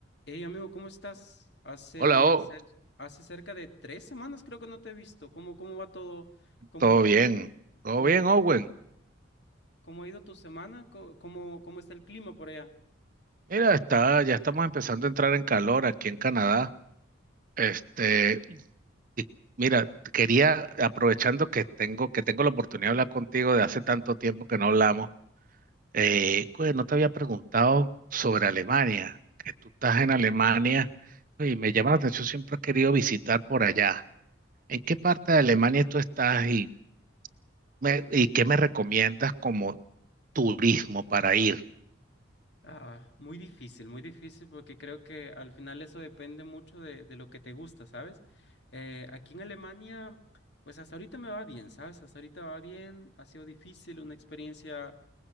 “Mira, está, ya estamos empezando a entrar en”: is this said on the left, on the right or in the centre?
Right